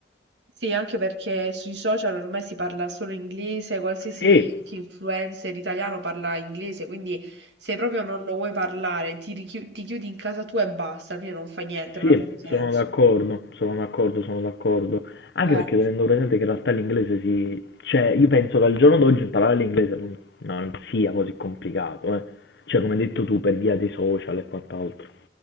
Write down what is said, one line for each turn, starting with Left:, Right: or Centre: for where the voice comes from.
Right: Sì, anche perché sui social ormai si parla solo inglese, qualsiasi
Left: E
Right: anche influencer italiano parla inglese, quindi se proprio non lo vuoi parlare, ti, richiu- ti chiudi in casa tua e basta, alla fine non fa niente, non
Left: Sì,
Right: ha proprio senso.
Left: sono d'accordo, sono d'accordo, sono d'accordo. Anche
Right: Eh.
Left: perché tenendo presente che in realtà l'inglese si... Cioè, io penso che al giorno d'oggi imparare l'inglese non, non sia così complicato, eh. Cioè, come hai detto tu, per via dei social e quant'altro.